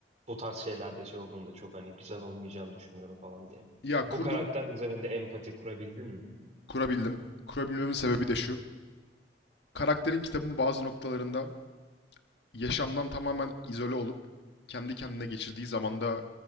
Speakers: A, on the right (about 40°); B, on the left (about 70°).
A: bu tarz şeylerde şey olduğunda çok hani güzel olmayacağını düşünüyorum falan diye.
B: Ya
A: Bu
B: kurdum,
A: karakter üzerinde empati kurabildin mi?
B: kurabildim. Kurabilmemin sebebi de şu. Karakterin kitabın bazı noktalarında yaşamdan tamamen izole olup kendi kendine geçirdiği zamanda